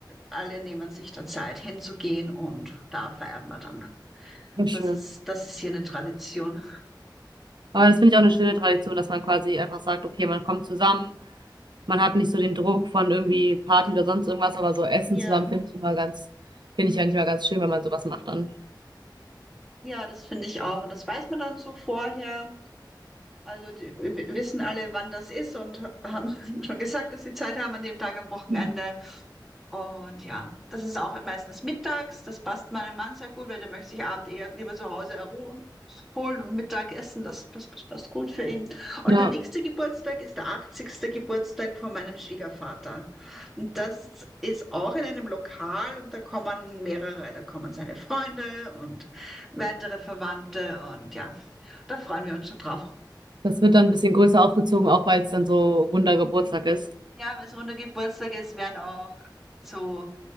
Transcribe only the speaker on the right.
Ja, schön.
Aber das finde ich auch eine schöne Tradition, dass man quasi einfach sagt, okay, man kommt zusammen, man hat nicht so den Druck von irgendwie Party oder sonst irgendwas, aber so Essen
zusammen finde ich immer ganz, finde ich eigentlich immer ganz schön, wenn man sowas macht dann.
Mhm.
Ja,
das wird dann ein bisschen größer aufgezogen, auch weil es dann so runder Geburtstag ist.